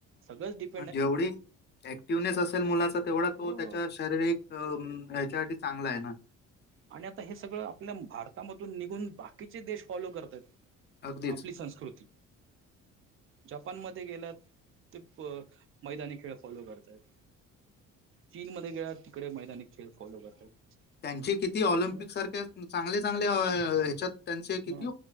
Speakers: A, on the right; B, on the left.
A: सगळच किती-
B: जेवढी ऍक्टिवनेस असेल मुलाचा तेवढा तो
A: हो
B: त्याच्या शारीरिक- अ ह्याच्यासाठी चांगला आहे ना-
A: आणि आता हे सगळं आपल्या भारतामधून निघून बाकीचे देश फॉलो करत आहेत.
B: अगदीच.
A: आपली संस्कृती... जपानमध्ये गेला ते मैदानी खेळ फॉलो करतायेत- चीन मध्ये गेला तिकडे मैदानी खेळ फॉलो करतात-
B: त्यांची किती ऑलिम्पिकसारख्या
A: म
B: चांगले चांगल्या ह्याच्यात- त्यांचे किती
A: म